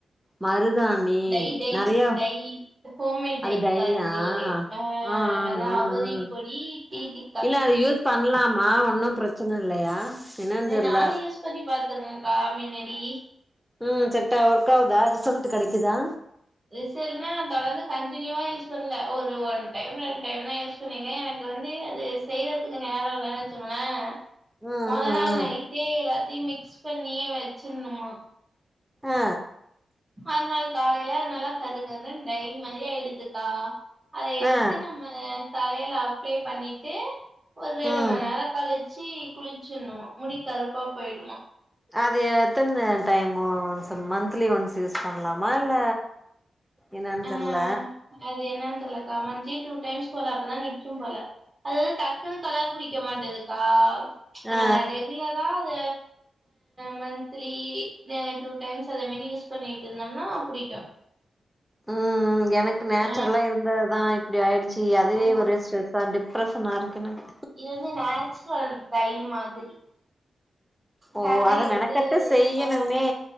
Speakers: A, in the centre; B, on the right.
A: மருதாணி
B: டை டை
A: நெறைய
B: டை ஹோம்மேட் டைக்காதுலயே
A: அது டைரியா
B: அ
A: ஆ ஆ
B: அதா
A: ஆ ஆ
B: அவுரிப்பொடி டீ டி
A: இல்ல அது யூஸ் பண்லாமா ஒன்னு பிரச்சன இல்லையா என்னன்னு
B: ஏ
A: தெர்ல
B: நானு யூஸ் பண்ணி பாத்துருக்கக்கா மின்னாடி
A: ம் செட்டா வர்க் ஆவுதா ரிசல்ட் கெடைக்குதா
B: ரிசல்னா தொடர்ந்து கண்டினியூவா யூஸ் பண்ல ஒரு ஒன் டைம் ரெண்டு டைம்தா யூஸ் பண்ணின எனக்கு வந்து அது செய்யறதுக்கு நேர இல்லன் வெச்சுக்களே
A: ம் ம்
B: மொத நாள் நைட்டே எல்லாத்தையு மிக்ஸ் பண்ணி வெச்சிர்ணுமா
A: ஆ
B: மறுநாள் காலைல நல்லா கரு கருனு டை மாரி ஆயிடுதுக்கா அத எடுத்து
A: ஆ
B: நம்ம தலையில அப்ளை பண்ணிட்டு ஒரு ரெண்டு
A: ஆ
B: மண்
A: ம்
B: நேர கழி ச்சி குளிச்சுர்னுமா முடி கருப்பா போயிடுமா
A: அது எத்தன time once monthly once use பண்லாமா இல்ல என்னான்
B: ஆ
A: தெர்ல
B: அது என்னன் தெர்லக்கா மன்த்லி டூ டைம்ஸ் போல அப்பதா நிக்கும் போல அது டக்குனு கலர் புடிக்க மாட்டதுக்கா நம்ம
A: ஆ ஆ
B: ரெகுலரா அத மந்த்லி டூ டைம்ஸ் அதே மாரி யூஸ் பண்ணிட்டு இருந்தம்னா பிடிக்கு
A: ம் ம் எனக்கு நேச்சுரலா
B: ஆ
A: இருந்ததுதா இப்படி ஆயிடுச்சு அதுவே
B: ஆ
A: ஒரு ஸ்ட்ரெஸ்தா டிப் ரசனா இருக்கு எனக்கு
B: இது வந்து நேச்சுரல் டை மாதிரி
A: ஓ
B: ஹேர் டை
A: அத
B: வந்து
A: மெனக்கட்டு செய்யணுமே
B: ஆ